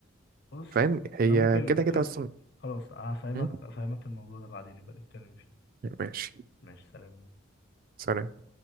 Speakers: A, on the left; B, on the right.
A: بص
B: فاهم هي
A: انا ممكن
B: كده
A: ممكن
B: كده اصلا
A: خلاص هفهمك
B: م?
A: هفهمك الموضوع ده بعدين يبقى نتكلم فيه
B: ماشي
A: ماشي سلام
B: سلام